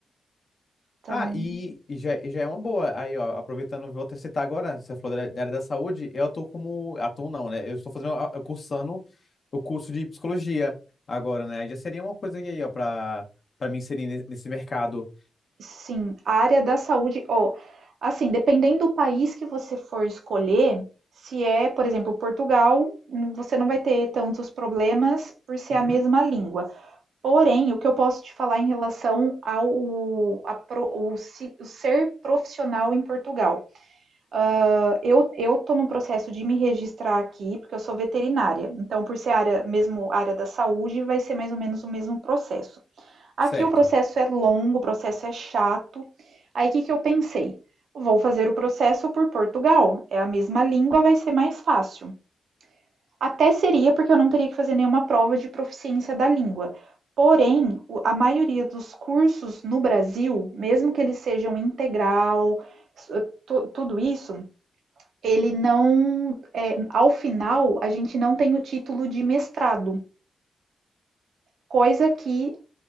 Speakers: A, on the right (about 75°); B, on the left (about 55°).
A: Então,
B: Ah, e, e já, e já é uma boa. Aí, ó, aproveitando, vou até citar agora, você falou da da área da saúde, eu atuo como. Atuo não, né? Eu estou fazendo, a- eu cursando o curso de psicologia agora, né? Aí já seria uma coisa aí, ó, pra, pra me inserir ne- nesse mercado.
A: sim, a área da saúde, ó, assim, dependendo do país que você for escolher, se é, por exemplo, Portugal, você não vai ter tantos problemas por ser
B: Uhum.
A: a mesma língua. Porém, o que eu posso te falar em relação ao a pro- o, o ser profissional em Portugal. Ah, Eu, eu tô num processo de me registrar aqui, porque eu sou veterinária. Então, por ser área, mesmo área da saúde, vai ser mais ou menos o mesmo processo. Aqui
B: Certo,
A: o processo é longo, o processo é chato. Aí, o que que eu pensei? Vou fazer o processo por Portugal. É a mesma língua, vai ser mais fácil. Até seria, porque eu não teria que fazer nenhuma prova de proficiência da língua. Porém, o- a maioria dos cursos no Brasil, mesmo que eles sejam integral, s- eh, tu- tudo isso, ele não, é, ao final, a gente não tem o título de mestrado, coisa que